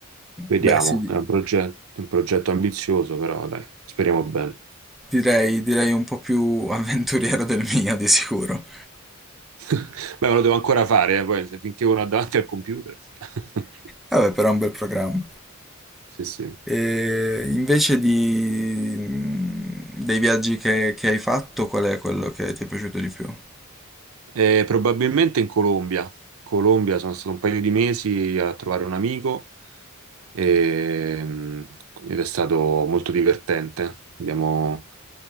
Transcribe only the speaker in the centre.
Beh, sì,
direi, direi un po' più <laughs> avventuriero del mio, di sicuro.
Vabbè, però è un bel programma.
E invece di, mm, dei viaggi che, che hai fatto, qual è quello che ti è piaciuto di più?